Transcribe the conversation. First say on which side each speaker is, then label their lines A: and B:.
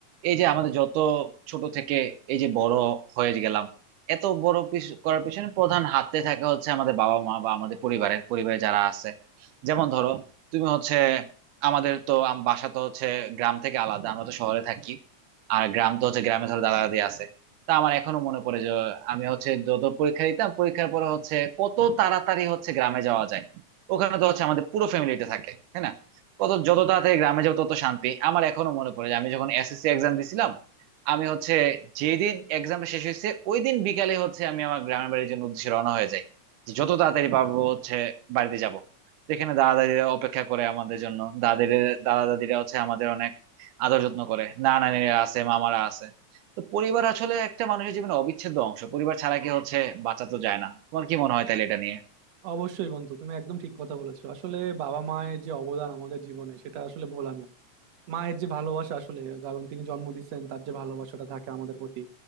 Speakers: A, on the right (about 80°); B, on the right (about 60°).
A: এই যে আমাদের যত ছোট থেকে এই যে বড় হয়ে গেলাম এত বড় পিছ- করার পিছনে প্রধান হাতে থাকে হচ্ছে আমাদের বাবা মা বা আমাদের পরিবারের পরিবারে যারা আছে যেমন ধরো তুমি হচ্ছে আমাদের তো আম- বাসা তো হচ্ছে গ্রাম থেকে আলাদা আমরা তো শহরে থাকি আর গ্রাম তো হচ্ছে গ্রামে ধরো দাদা দাদি আছে তা আমার এখনো মনে পড়ে যে আমি হচ্ছে যত পরীক্ষা দিতাম পরীক্ষার পরে হচ্ছে কত তাড়াতাড়ি হচ্ছে গ্রামে যাওয়া যায় ওখানে তো হচ্ছে আমাদের পুরো ফ্যামিলিতে থাকে তাই না কত যত তাড়াতাড়ি গ্রামে যাবো তত শান্তি আমার এখনো মনে পড়ে যে আমি যখন এসএসসি এক্সাম দিছিলাম আমি হচ্ছে যেদিন এক্সামটা শেষ হয়েছে ওই দিন বিকালে হচ্ছে আমি আমার গ্রামের বাড়ির জন্য উদ্দেশ্যে রওনা হয়ে যাই যে যত তাড়াতাড়ি পারবো হচ্ছে বাড়িতে যাব যেখানে দাদা দাদিরা অপেক্ষা করে আমাদের জন্য দাদের দাদা দাদিরা হচ্ছে আমাদের অনেক আদর যত্ন করে নানা নানিরা আছে মামারা আছে তো পরিবার আসলে একটা মানুষের জীবনে অবিচ্ছেদ্য অংশ পরিবার ছাড়া কি হচ্ছে বাঁচা তো যায় না তোমার কি মনে হয় তাহলে এটা নিয়ে
B: অবশ্যই বন্ধু তুমি একদম ঠিক কথা বলেছো আসলে বাবা মায়ের যে অবদান আমাদের জীবনে সেটা আসলে ভোলার না মায়ের যে ভালোবাসা আসলে কারণ তিনি জন্ম দিচ্ছেন তার যে ভালোবাসাটা থাকে আমাদের প্রতি